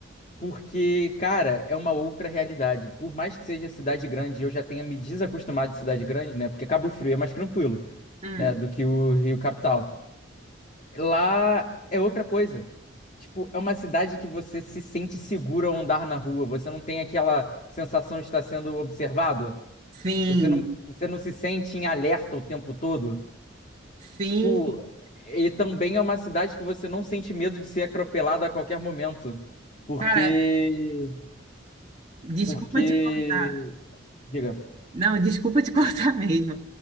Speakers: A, on the left; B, on the right.
A: Porque, cara, é uma outra realidade. Por mais que seja cidade grande, eu já tenha me desacostumado de cidade grande, né? Porque Cabo Frio é mais tranquilo,
B: Hum,
A: né? Do que o Rio Capital. Lá é outra coisa. Tipo, é uma cidade que você se sente seguro ao andar na rua. Você não tem aquela sensação de estar sendo observado.
B: sim.
A: Você não, você não se sente em alerta o tempo todo.
B: Sim.
A: Tipo, e também é uma cidade que você não sente medo de ser atropelado a qualquer momento. Porque.
B: Cara, desculpa
A: Porque.
B: te cortar.
A: Diga,
B: Não, desculpa te <laughs> cortar mesmo.